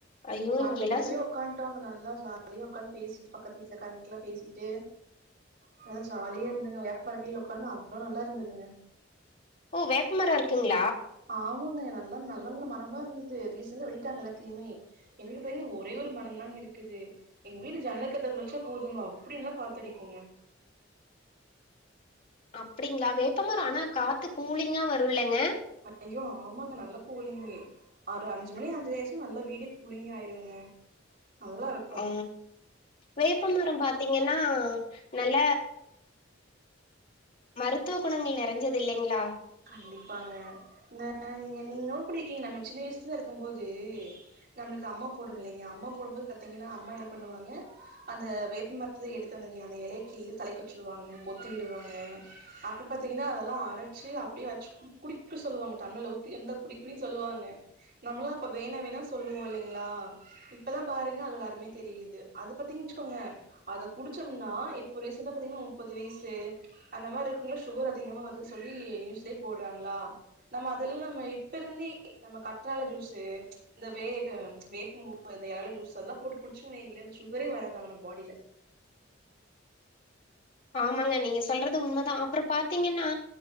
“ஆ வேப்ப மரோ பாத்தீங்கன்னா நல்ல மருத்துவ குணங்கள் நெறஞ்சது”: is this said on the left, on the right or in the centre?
Left